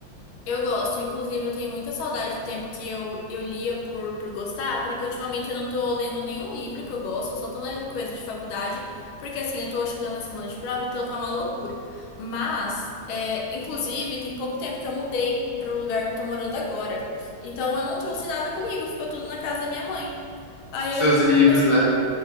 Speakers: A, on the left; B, on the right.
A: Eu gosto, inclusive eu tenho muita saudade do tempo que eu, eu lia por, por gostar, porque ultimamente eu não tô lendo nenhum livro que eu gosto, eu só tô lendo coisa de faculdade, porque assim, eu tô chegando na semana de prova, então tá uma loucura. Mas, é, inclusive, tem pouco tempo que eu mudei pro lugar que eu tô morando agora, então eu não trouxe nada comigo, ficou tudo na casa da minha mãe. Aí
B: Os seus
A: eu
B: livros,
A: não não
B: né?